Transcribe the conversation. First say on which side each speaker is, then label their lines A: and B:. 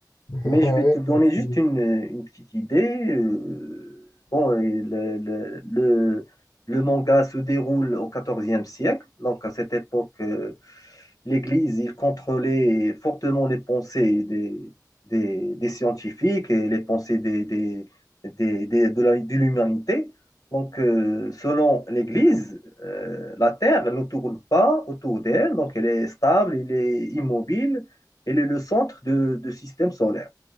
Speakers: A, on the left (about 80°); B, on the left (about 55°).
A: <laughs>
B: mais
A: Ah
B: je vais
A: Ouais,
B: te donner
A: merci
B: juste
A: beaucoup.
B: une, une petite idée. Euh, bon, et le, le, le- le manga se déroule au 14 siècle, donc à cette époque, euh, l'Église, il contrôlait fortement les pensées des, des, des scientifiques et les pensées des, des, des- des- de la- de l'humanité. Donc, euh, selon l'Église, euh, la Terre ne tourne pas autour d'elle, donc elle est stable, elle est immobile, elle est le centre de- du système solaire.